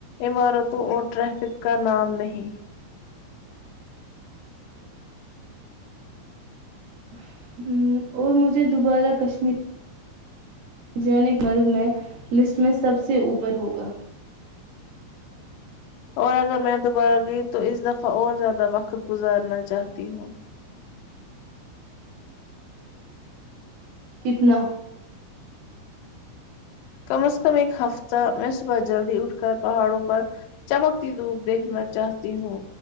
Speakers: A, on the left (about 85°); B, on the right (about 60°).
A: عمارتوں اور ٹریفک کا نام نہیں
B: ہ اور مجھے دوبارہ کشمیر جینک مرگ میں لسٹ میں سب سے اوپر ہوگا
A: اور اگر میں دوبارہ گئی تو اس دفعہ اور زیادہ وقت گزارنا چاہتی ہوں
B: کتنا
A: کم از کم ایک ہفتہ میں صبح جلدی اٹھ کر پہاڑوں پر چمکتی دھوپ دیکھنا چاہتی ہوں